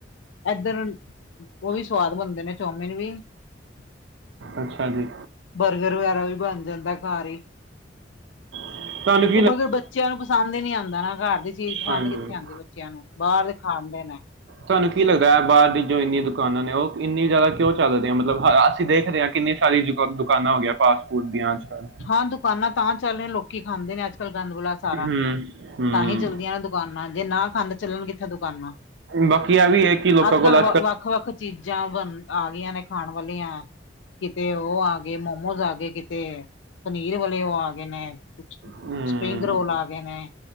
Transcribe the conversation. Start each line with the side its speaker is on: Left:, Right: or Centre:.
Left: ਏਧਰ ਉਹ ਵੀ ਸਵਾਦ ਬਣਦੇ ਨੇ ਚੌ <unintelligible>
Right: ਅੱਛਾ ਜੀ
Left: ਬਰਗਰ ਵਗੈਰਾ ਵੀ ਬਣ ਜਾਂਦੈ ਘਰ ਈ।
Right: <unintelligible>
Left: ਮਗਰ ਬੱਚਿਆ ਨੂੰ ਪਸੰਦ ਈ ਨੀ ਆਂਦਾ ਨਾ ਘਰ ਦੀ ਚੀਜ਼ ਪਸੰਦ
Right: ਹਾਂਜੀ
Left: ਕਿੱਥੇ ਆਦੀ ਬੱਚਿਆਂ ਨੂੰ ਬਾਹਰ ਦੇ ਖਾਂਦੇ ਨੇ।
Right: ਥੋਨੂੰ ਕੀ ਲਗਦੈ ਬਾਹਰ ਦੀ ਜੋ ਇੰਨੀਆਂ ਦੁਕਾਨਾਂ ਨੇ ਉਹ ਇੰਨੀ ਜਿਆਦਾ ਕਿਉ ਚੱਲ ਰਹੀਆ ਮਤਲਬ ਅਸੀ ਦੇਖਦੇ ਆ ਕਿੰਨੀ ਸਾਰੀ ਦੁਕਾਨਾਂ ਹੋ ਗਿਆ ਫਾਸਟ ਫੂਡ ਦੀਆਂ ਅੱਜਕੱਲ
Left: ਹਾਂ ਦੁਕਾਨਾ ਤਾਂ ਚੱਲ ਰਹੀਆ ਲੋਕੀ ਖਾਂਦੇ ਨੇ ਅੱਜ ਕੱਲ ਗੰਦ ਬਲਾ ਸਾਰਾ।
Right: ਹੂੰ ਹੂੰ
Left: ਤਾਹੀਂ ਚੱਲਦੀਆ ਨੇ ਦੁਕਾਨਾਂ ਜੇ ਨਾ ਖਾਂਦੇ ਚੱਲਣ ਕਿੱਥੇ ਦੁਕਾਨਾ
Right: ਬਾਕੀ ਆ ਵੀ ਹੈ ਕਿ ਲੋਕਾਂ
Left: ਅੱਜ-ਕੱਲ
Right: ਕੋਲ
Left: ਵ ਵੱਖ-ਵੱਖ ਚੀਜਾ ਬਣਨ ਆਗਈਆ ਨੇ। ਖਾਣ ਵਾਲੀਆ, ਕਿਤੇ ਉਹ ਆ ਗਏ ਮੋਮੋਸ ਆ ਗਏ ਕਿਤੇ ਪਨੀਰ ਵਾਲੇ ਓ ਆ ਗਏ ਨੇ,
Right: ਹੂੰ
Left: ਸਪਰਿੰਗ ਰੋਲ ਆ ਗਏ ਨੇ।